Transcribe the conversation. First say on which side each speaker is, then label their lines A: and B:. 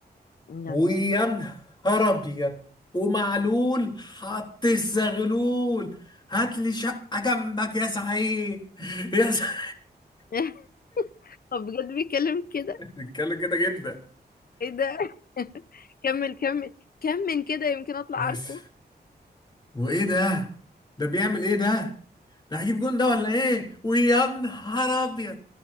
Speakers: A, on the left; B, on the left.
A: يلا
B: ويا نهار ابيض ومعلول حط الزغلول هات لي شقه جنبك يا سعيد يا سعيد
A: <laughs> طب بجد بيتكلم كده
B: <laughs> بيتكلم كده جدا
A: ايه ده <laughs> كمل كمل كمل كده يمكن اطلع
B: بس
A: عارفه
B: وايه ده ده بيعمل ايه ده ده هيجيب جون ده ولا ايه ويا نهار ابيض